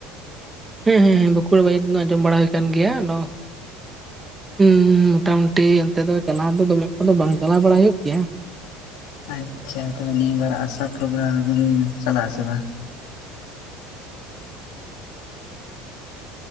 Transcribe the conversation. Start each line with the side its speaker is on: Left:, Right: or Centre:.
Right: ᱦᱮᱸ ᱦᱮᱸ ᱦᱮᱸ ᱵᱟᱸᱠᱩᱲᱟ ᱵᱟᱡᱟᱨ ᱫᱚ ᱟᱸᱡᱚᱢ ᱵᱟᱲᱟ ᱦᱩᱭ ᱠᱟᱱ ᱜᱮᱭᱟ᱾ ᱟᱫᱚ ᱦᱩᱸᱻ ᱢᱚᱴᱟ ᱢᱩᱩᱴᱤ ᱚᱱᱛᱮ ᱫᱚ ᱪᱟᱞᱟᱣ ᱫᱚ ᱫᱚᱢᱮ ᱮᱠᱚᱴᱟ ᱫᱚ ᱵᱟᱝ ᱪᱟᱞᱟᱣ ᱵᱟᱲᱟ ᱦᱩᱭᱩᱜ ᱜᱮᱭᱟ᱾
Left: ᱟᱪᱪᱷᱟ ᱛᱚᱵᱮ ᱱᱤᱭᱟᱹ ᱵᱟᱨ ᱟᱥᱟ ᱯᱨᱳᱜᱨᱟᱢ ᱨᱮ ᱵᱤᱱ ᱪᱟᱞᱟᱜ-ᱟ ᱥᱮ ᱵᱟᱝ?
Right: ᱛᱚ, ᱵᱟᱝ ᱫᱚ